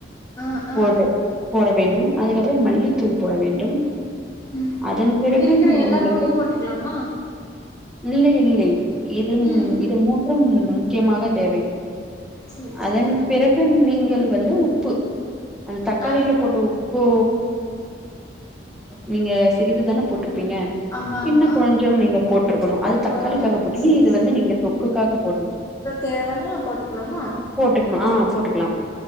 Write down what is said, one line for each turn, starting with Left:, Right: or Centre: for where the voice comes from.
Left: ஆ ஆ
Centre: போடு போட வேண்டும் அதுக்கப்பறம் மல்லித்தூள் போட வேண்டும்
Left: ம்
Centre: அதன் பிறகு
Left: இருக்கிற எல்லா
Centre: உங்களுக்கு
Left: பொடியு போட்டுக்கலாமா
Centre: இல்லை இல்லை இது
Left: ம்
Centre: இது மூன்றும் முக்கியமாக தேவை
Left: சேரி
Centre: அதன்
Left: சேரி
Centre: பிறகு நீங்கள் வந்து உப்பு அந் தக்காளில
Left: ஆ
Centre: போட்ட உப் பு நீங்க சிறிது தான போட்ருப்பிங்க
Left: ஆமா ஆமா
Centre: இன்னு கொஞ்சம் நீங்க போட்டருக்கணு அது
Left: ஓ
Centre: தக்காளிக்காக போட்டிங்கன
Left: சரி
Centre: இது வந்து நீங்க தொக்குக்காக போடணு
Left: தேவனா போட்டுக்லாமா
Centre: போட்டுக்ணு ஆ போட்டுக்லா